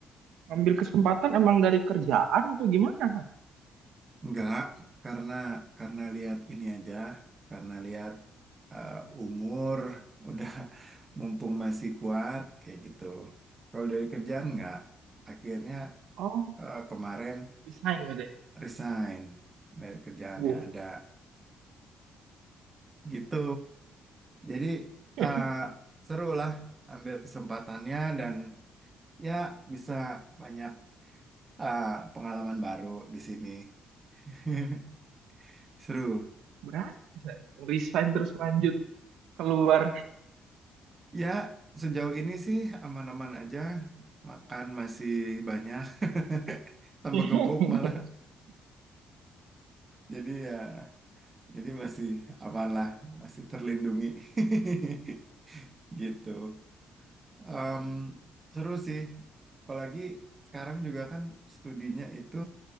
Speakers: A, on the right; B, on the right.
A: ngambil kesempatan emang dari kerjaan atau gimana? Mas?
B: Enggak, karena karena lihat ini aja, karena lihat eh, umur udah <laughs> mumpung masih kuat kayak gitu. Kalau dari kerjaan enggak, akhirnya
A: Oh,
B: eh, kemarin
A: resign berarti.
B: resign dari kerjaan
A: Wah,
B: yang ada gitu. Jadi
A: <laughs>
B: eh, seru lah ambil kesempatannya dan ya bisa banyak ah, pengalaman baru di sini. <laughs> Seru.
A: berani. Mas. Resign terus lanjut keluar.
B: Ya, sejauh ini sih aman-aman aja. Makan masih banyak. <laughs> Tambah
A: <laughs>
B: gemuk malah. Jadi ya, jadi masih aman lah. Masih terlindungi. <laughs> Gitu. Em, seru sih. Apalagi sekarang juga kan studinya itu